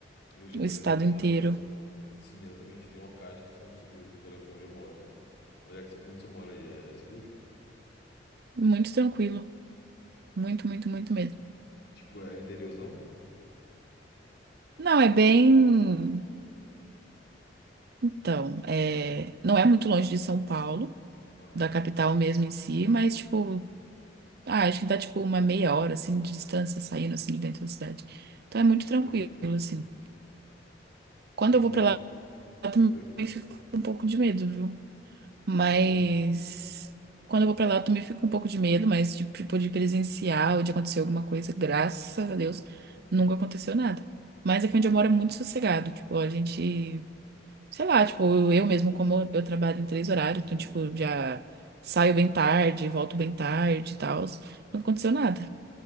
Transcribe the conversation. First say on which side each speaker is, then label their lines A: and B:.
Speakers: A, on the left; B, on the right.
A: Rio de Janeiro
B: o estado
A: é violento.
B: inteiro.
A: Sim, exatamente. Tem locais que são seguros, por exemplo, onde eu moro, sabe? Onde é que você, onde você mora aí é, é seguro?
B: Muito tranquilo. Muito, muito, muito mesmo.
A: Tipo, é interiorzão?
B: Não, é bem. Então, é... não é muito longe de São Paulo,
A: Aham.
B: da capital mesmo em si, mas, tipo, ah, acho que dá, tipo, uma meia hora, assim, de distância saindo, assim, de dentro da cidade. Então é muito tranquilo,
A: Pode crer.
B: assim. Quando
A: Tem,
B: eu vou
A: tem
B: pra
A: muito.
B: lá, eu também
A: Oi, pode
B: fico
A: falar.
B: com um pouco de medo, viu? Mas
A: Eu não duvido.
B: quando eu vou pra lá, eu também fico um pouco de medo, mas de, tipo, de presenciar ou de acontecer alguma coisa, graças a Deus, nunca aconteceu nada. Mas aqui onde eu moro é muito sossegado, tipo, a gente, sei lá, tipo, eu, eu mesmo, como eu trabalho em três horários,
A: Uhum.
B: então, tipo, já saio bem tarde, volto bem tarde e tal, nunca aconteceu nada.